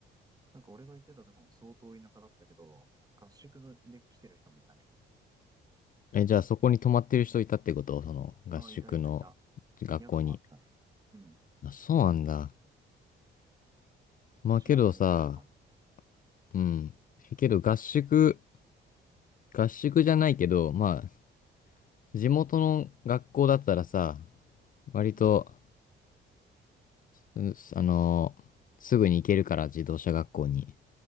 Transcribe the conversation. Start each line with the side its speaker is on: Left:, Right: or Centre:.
Right: なんか俺が行ってたとこも相当田舎だったけど、合宿ので来てる人もいたね。
Left: え、じゃあそこに泊まってる人いたってことその合宿の
Right: ああ、いたいたいた。
Left: 学校に。
Right: 宿もあったね。うん。
Left: まあ、そうなんだ。まあけどさ、
Right: 調べてみたらあるかも。
Left: うん。けど合宿、合宿じゃないけど、まあ、地元の学校だったらさ、割と、
Right: うん。
Left: うあのすぐに行けるから自動車学校に。